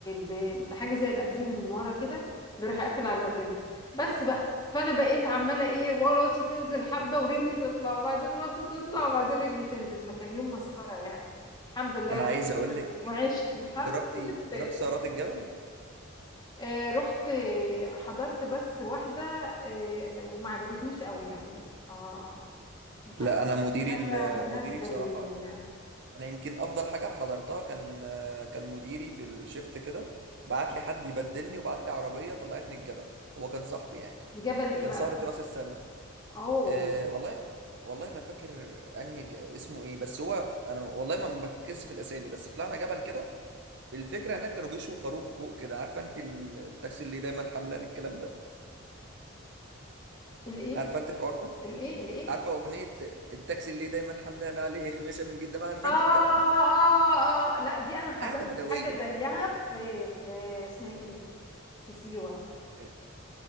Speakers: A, on the left; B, on the right.
A: ب... بحاجه زي الابزيم من ورا كده بيروح قافل على الرجل بس بقى فانا بقيت عماله ايه ورا راسي تنزل حبه ورجلي تطلع وبعدين راسي تطلع وبعدين رجلي تنزل فكان يوم مسخره يعني الحمد لله
B: انا
A: ربنا
B: عايز اقول
A: سلم
B: لك
A: وعشت الحمد
B: جربتي
A: لله
B: جربت سهرات الجبل
A: آه رحت آه، حضرت بس واحده آه وما عجبتنيش قوي يعني اه محس
B: لا انا مديري
A: حاجه
B: ال-
A: مناسبه
B: مديري بصراحه
A: ليا يعني
B: انا يمكن افضل حاجه حضرتها كان كان مديري في الشفت كده بعت لي حد يبدلني وبعت لي عربيه طلعتني الجبل هو كان صاحبي يعني
A: جبل ايه
B: كان
A: بقى
B: سهره راس السنه
A: اوه
B: أه والله والله ما فاكر انهي ج- اسمه ايه بس هو انا والله ما بركزش في الاسامي بس طلعنا جبل كده الفكره هناك كانوا بيشوا خروف فوق كده عارفه انت ال- التاكسي اللي دايما حملان الكلام ده
A: الايه
B: عارفه انت الحوار ده
A: الايه الايه
B: عارفه اغنيه التاكسي اللي دايما حملان عليه خميسه من جدا عارفه
A: آه, اه
B: انت الكلام ده
A: اه لا دي انا حضرت
B: قعده بدويه
A: حاجه زيها في في اسمها ايه دي في سيوه
B: ف-